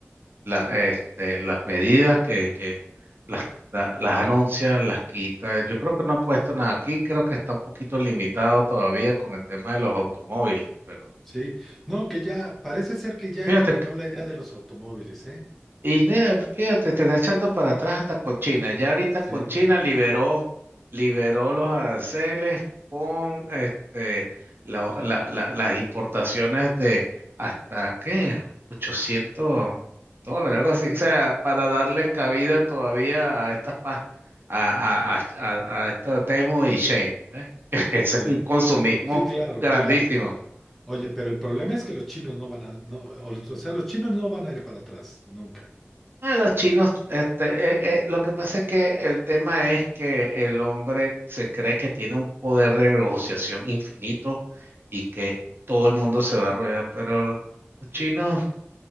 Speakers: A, on the right; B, in the centre.
A: la, este, las medidas que, que las, la- las anuncia, las quita. Yo creo que no ha puesto nada aquí, creo que está un poquito limitado todavía con el tema de los automóviles, pero
B: Sí, no, que ya, parece ser que ya
A: fíjate,
B: eliminó la idea de los automóviles, ¿eh?
A: Y mira, fíjate, te está echando para atrás hasta con China. Ya ahorita
B: Sí,
A: con China liberó, liberó los aranceles con este, la- la- la- las importaciones de hasta, ¿qué? ochocientos dólares, algo así. O sea, para darle cabida todavía a estas pa- a, a, a, a- a esta Temu y Shein, ¿eh? <laughs> Ese
B: sí.
A: es un consumismo
B: Sí, claro,
A: grandísimo.
B: claro, claro. Oye, pero el problema es que los chinos no van a, no, o, o sea, los chinos no van a ir para atrás, nunca.
A: Ah, los chinos, este, eh, eh, lo que pasa es que el tema es que el hombre se cree que tiene un poder de negociación infinito y que todo el mundo se va a arrodillar, pero los chinos,